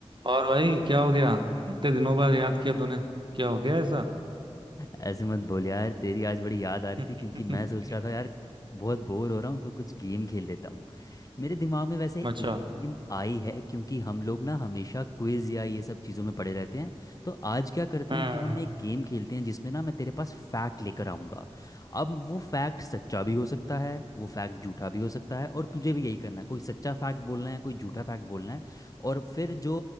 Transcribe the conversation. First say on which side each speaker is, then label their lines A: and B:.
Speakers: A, on the right; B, on the left.
A: और भाई क्या हो गया इतने दिनों बाद याद किया तूने क्या हो गया ऐसा
B: ऐसे मत बोल यार तेरी आज बड़ी याद आ रही
A: <laughs>
B: थी क्योंकि मैं सोच रहा था यार बहुत बोर हो रहा हूँ तो कुछ गेम खेल लेता हूँ मेरे दिमाग में वैसे
A: अच्छा
B: एक गेम आई है क्योंकि हम लोग ना हमेशा क्विज या ये सब चीज़ों में पड़े रहते हैं तो आज क्या करते
A: हम्म
B: हैं कि हम एक गेम खेलते हैं जिसमें ना मैं तेरे पास फैक्ट लेकर आऊँगा अब वो फैक्ट सच्चा भी हो सकता है वो फैक्ट झूठा भी हो सकता है और तुझे भी यही करना है कोई सच्चा फैक्ट बोलना है कोई झूठा फैक्ट बोलना है और फिर जो